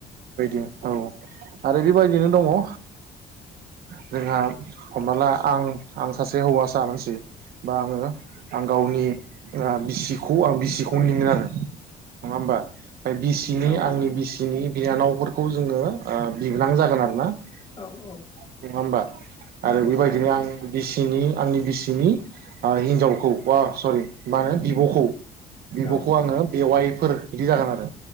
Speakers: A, on the right; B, on the left.
A: औ आरो बेबायदिनो दङ ओ जोंहा हमना ला आं आं सासे हौवासा मानसिबा बा आङो आं गावनि ओ बिसि खौ आं बिसिखौनो
B: औ
A: लिंडो आरो नङा होमबा बिसिनि
B: औ नोंथां
A: आंनि बिसिनि बिनानावफोरखौ जोङो ओ बिबोनां जागोन आरो ना नङा
B: औ औ
A: होमबा
B: नंगौ
A: आरो बेबायदिनो
B: नोंथां
A: आं बिसि नि आंनि बिसिनि हिनजावखौ सरि मा होनो बिब'खौ बिब'खौ
B: औ
A: आङो बेवाइफोर बिदि जागोन आरो